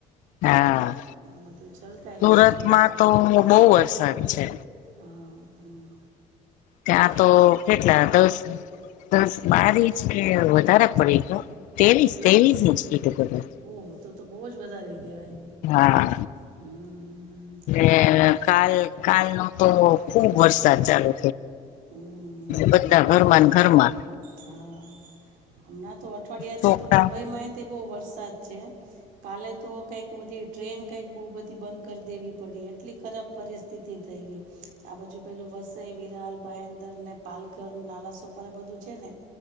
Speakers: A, on the left; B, on the right.
A: હા
B: બધું છલકાઈ
A: સુરતમાં
B: ગયું છે.
A: તો બહુ વરસાદ છે.
B: હા, હમ.
A: ત્યાં તો કેટલા દસ દસ બારી છે વધારે પડી ગયો તેવીશ
B: પણ
A: તેવીશ ઈચ એટું કર
B: ઓહો તો તો બહુ જ વધારે કહેવાય.
A: હા
B: હમ્મ.
A: એ
B: હા બા.
A: કાલ કાલ નો તો ખુબ વરસાદ ચાલુ
B: હમ્મ.
A: બધા ઘરમાં ઘરમાં
B: હા હમણાં તો અઠવાડિયાથી
A: છોકરા
B: તો મુંબઈમાં બહ વરસાદ છે કાલે તો કક બધી ટ્રેન કક બ બંધ કરી દેવી પડી એટલી ખરાબ પરિસ્થિતિ થઈ ગઈ આ બાજુ પેલું વસ વિરાર ભયંદર ને પાલઘર નાલા સોપર એ બધું છે ને